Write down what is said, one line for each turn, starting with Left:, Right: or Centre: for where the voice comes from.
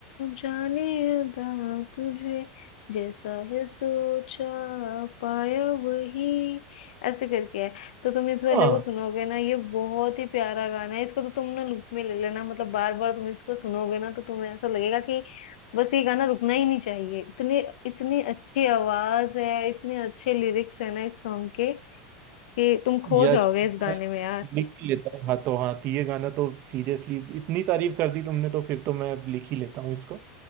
Left: जाने अदा तुझे जैसा है सोचा पाया वही ऐसे करके है तो तुम इस वाले
Right: हाँ
Left: को सुनोगे ना ये बहुत ही प्यारा गाना है इसको तो तुम ना लूप में ले लेना मतलब बार बार तुम इसको सुनोगे ना तो तुम्हें ऐसा लगेगा कि बस ये गाना रुकना ही नहीं चाहिए इतने इतनी अच्छी आवाज है इतने अच्छे लिरिक्स है ना इस सॉन्ग के कि तुम खो
Right: यार
Left: जाओगे
Right: ये तो
Left: इस गाने
Right: मैं
Left: में यार
Right: लिख ही लेता हूँ हाथों हाथ ये गाना तो सीरियसली इतनी तारीफ कर दी तुमने तो फिर तो मैं लिख ही लेता हूँ इसको